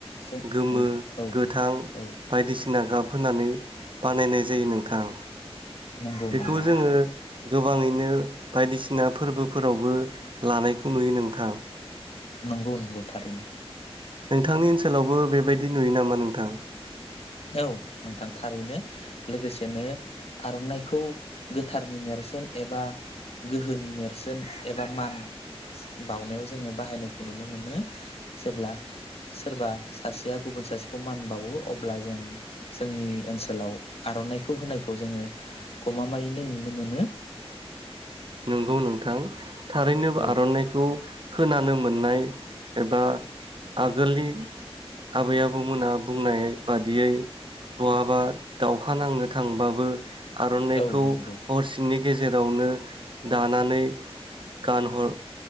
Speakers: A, on the left; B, on the right.
A: जों
B: गोमो
A: औ औ
B: गोथां
A: औ
B: बायदिसिना ना गाब होनानै बानायनाय जायो नोंथां।
A: नंगौ
B: बेखौ
A: नंगौ
B: जोङो गोबाङैनो बायदिसिना फोरबोफोरावबो लानायखौ नुयो नोंथां।
A: नंगौ नंगौ थारैनो।
B: नोंथांनि ओनसोलावबो बेबायदि नुयो नामा नोंथां?
A: औ नोंथां थारैनो लोगोसेनो आरनाइखौ गोथारनि नेरसोन एबा गोहोनि नेरसोन एबा मान बावनायाव जोङो बाहायनायखौ नुनो मोनो जेब्ला सोरबा सासेया गुबुन सासेखौ मान बावो अ अब्ला जों जोंनि ओनसोलाव आरनाइखौ होनायखौ जोङो गमामायैनो नुनो मोनो।
B: नंगौ नोंथां। थारैनोब
A: औ
B: आर'नाइखौ खोनानो मोननाय एबा आगोलनि आबै आबौमोनहा बुंनाय बादियै बहाबा दावहा नांनो थांबाबो आर'नाइखौ
A: औ नंगौ
B: हरसिनि गेजेरावनो दानानै गानहर